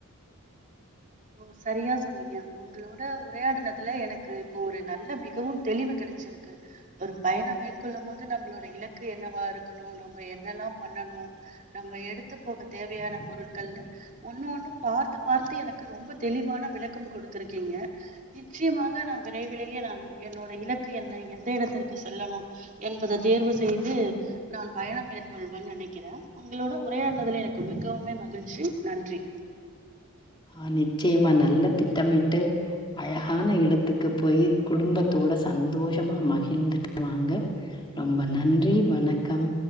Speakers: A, on the right; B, on the left.
A: ஓ சரியா சொன்னீங்க உங்களோட உரையாடுனதுல எனக்கு இப்போ ஒரு நல்ல மிகவு தெளிவு க டச்சிருக்கு ஒரு பயணம் மேற்கொள்ளும் போது நம்மளோட இலக்கு என்னவா இருக்கணு நம்ம என்னெல்லா பண்ண ணு நம்ம எடுத்து போக தேவையான பொருள்கள்னு ஒன்னு ஒன்னு பார்த்து பார்த்து எனக் கு ரொம்ப தெளிவான விளக்கம் கொடுத்திருக்கீங்க நிச்சயமாக நா விரைவிலேயே நா என்னோட இல க்கு என்ன எந்த இடத்திற்கு செல்லணு என்பத தேர்வு செய்து நான் பயணம் மேற்கொள்வன் ந னைக்கிறே உங்களோட உரையாடுனதுல எனக்கு மிகவுமே மகிழ்ச்சி நன்றி
B: ஆ நிச்சயமா நல்ல திட்டமிட்டு அழகான இடத்துக்கு போயி குடும்பத்தோட சந்தோஷமா மகிழ்ந்திட்டுவாங்க ரொம்ப நன்றி வணக்கம்